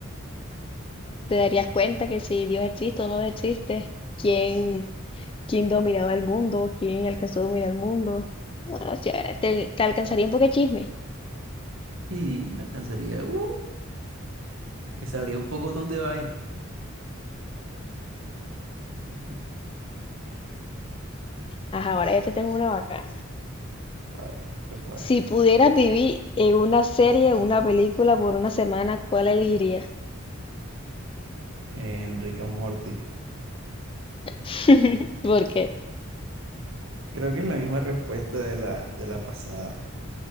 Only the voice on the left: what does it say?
Te darías cuenta que si Dios existe o no existe, quién, quién dominaba el mundo, quién alcanzó a dominar el mundo. Bueno, chévere, te, te alcanzaría un poco de chisme.
Ajá, ahora ya te tengo una bacana.
Si
pudieras vivir en una serie o una película por una semana, ¿cuál elegirías?
<laughs> ¿Por qué?